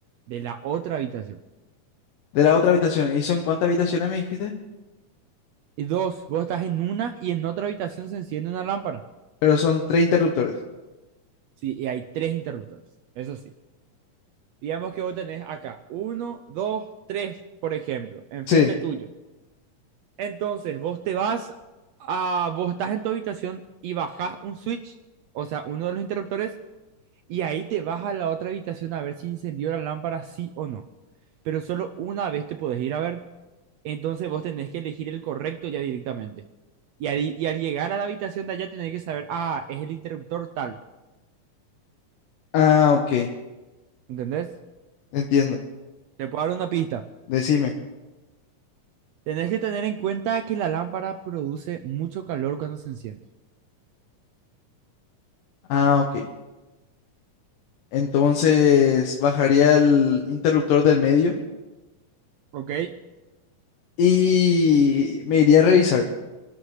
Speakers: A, on the right; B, on the left.
A: de la otra habitación.
B: De la otra habitación. ¿Y son cuántas habitaciones me dijiste?
A: Y dos, vos estás en una y en otra habitación se enciende una lámpara.
B: Pero son tres interruptores.
A: Sí, y hay tres interruptores. Eso sí. Digamos que vos tenés acá uno, dos, tres, por ejemplo, enfrente
B: Sí.
A: tuyo. Entonces, vos te vas a. Vos estás en tu habitación y bajás un switch, o sea, uno de los interruptores, y ahí te vas a la otra habitación a ver si encendió la lámpara, sí o no. Pero solo una vez te podés ir a ver. Entonces vos tenés que elegir el correcto ya directamente. Y al, y al llegar a la habitación de allá tenés que saber, ah, es el interruptor tal,
B: Ah, ok.
A: ¿entendés?
B: Entiendo.
A: Te puedo dar una pista.
B: Decime.
A: Tenés que tener en cuenta que la lámpara produce mucho calor cuando se enciende.
B: Ah, ok. Entonces bajaría el interruptor del medio
A: ¿Ok?
B: y me iría a revisar.